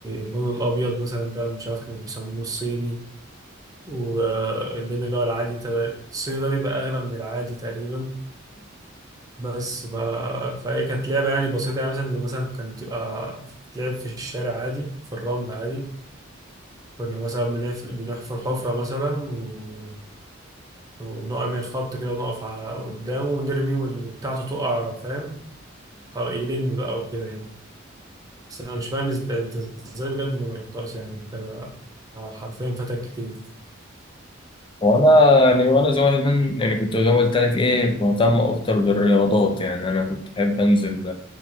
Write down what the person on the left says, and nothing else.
وانا يعني وانا صغير من يعني كنت زي ما قلت لك ايه مهتم اكتر بالرياضات يعني انا كنت بحب انزل